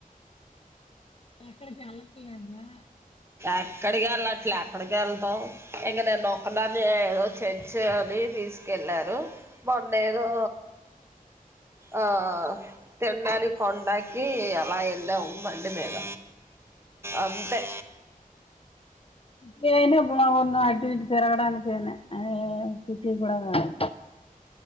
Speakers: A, on the left; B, on the right.
A: ఎక్కడ చాల లేదా
B: ఎక్కడికి వెళ్ళట్లే ఎక్కడికి వెళ్తాం, ఇంక నేనుొక్కదాన్నీ ఏదో చర్చ్ అని తీసుకెళ్ళారు మొన్నేదో ఆ తిన్ డానికి కొండకి అలా వెళ్ళాం బండి మీద అంతే
A: పోయిన్నా బాగుండు అటు ఇటు తిరగడానికైనా హే సిటీ కూడా కాద్